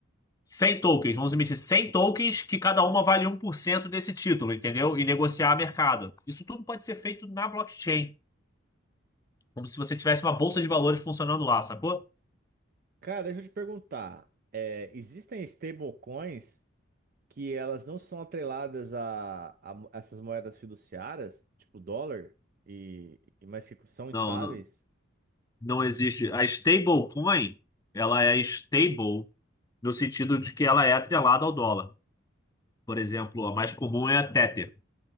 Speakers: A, on the left; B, on the right.
A: 100 tokens, vamos emitir 100 tokens que cada uma vale um por cento desse título, entendeu? E negociar a mercado. Isso tudo pode ser feito na blockchain, como se você tivesse uma bolsa de valores funcionando lá, sacou?
B: Cara, deixa eu te perguntar. é, existem stablecoins que elas não são atreladas a, a mo- essas moedas fiduciárias, tipo dólar, e, e- mas que são estáveis?
A: Não, não, não existe. A stablecoin, ela é stable no sentido de que ela é atrelada ao dólar. Por exemplo, a mais comum é a Tether,